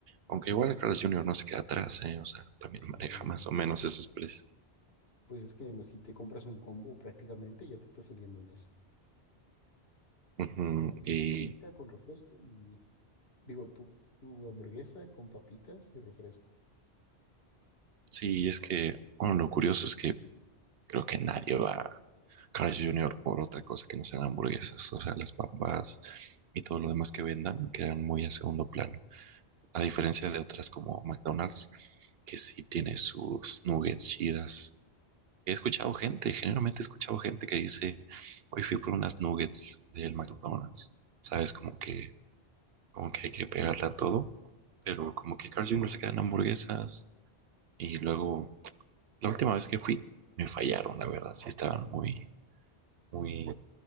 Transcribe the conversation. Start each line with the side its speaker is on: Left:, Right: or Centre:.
Right: Aunque igual el Carlos Junior no se queda atrás, ¿eh? O sea, también
Left: Sí,
Right: maneja más o menos esos precios.
Left: pues es que lo- si te compras un combo prácticamente ya te está saliendo en eso.
Right: Ujú,
Left: De que
Right: Y
Left: Tu papita con refresco y digo, tu, tu hamburguesa con papitas y refresco.
Right: sí, es que, bueno, lo curioso es que creo que nadie va a Carlos Jr. por otra cosa que no sean hamburguesas. O sea, las papas y todo lo demás que vendan quedan muy a segundo plano. A diferencia de otras como McDonald's, que sí tiene sus nuggets chidas, He escuchado gente, generalmente he escuchado gente que dice, hoy fui por unas nuggets del McDonald's. Sabes, como que, como que hay que pegarla
Left: Mm,
Right: a todo, pero como que Carl Jr. se quedan hamburguesas y luego, la última vez que fui, me fallaron, la verdad, sí estaban muy, muy